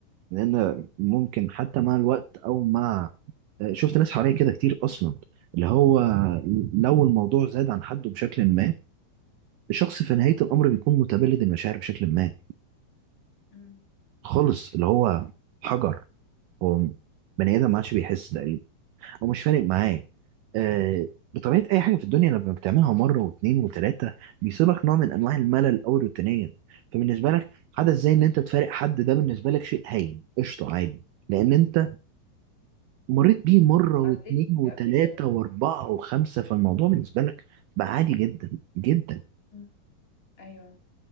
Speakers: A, on the right; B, on the left.
A: لان ممكن حتى مع الوقت او مع آه، شفت ناس حواليا كده كتير اصلا اللي هو لو الموضوع زاد عن حده بشكل ما الشخص في نهاية الأمر بيكون متبلد المشاعر بشكل ما
B: امم
A: خالص اللي هو حجر هو بني آدم ما عادش بيحس تقريبا أو مش فارق معاه آه بطبيعة أي حاجة في الدنيا لما بتعملها مرة واتنين وتلاتة بيصيبك نوع من أنواع الملل أو الروتينية فبالنسبة لك حدث زي إن أنت تفارق حد ده بالنسبة لك شيء هين قشطة عادي لأن أنت مريت بيه مرة واتنين
B: عديت فيه
A: وتلاتة
B: قبل كده
A: وأربعة وخمسة فالموضوع بالنسبة لك بقى عادي جدا جدا
B: امم ايوه